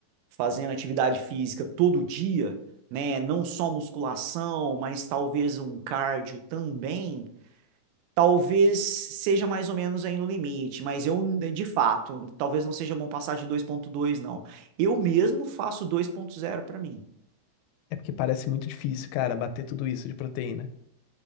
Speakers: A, on the right (about 85°); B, on the left (about 90°).
A: fazendo atividade física todo dia, né, não só musculação, mas talvez um cardio também, talvez seja mais ou menos aí no limite, mas eu, de fato, talvez não seja bom passar de dois ponto dois não. Eu mesmo faço dois ponto zero para mim.
B: É porque parece muito difícil, cara, bater tudo isso de proteína.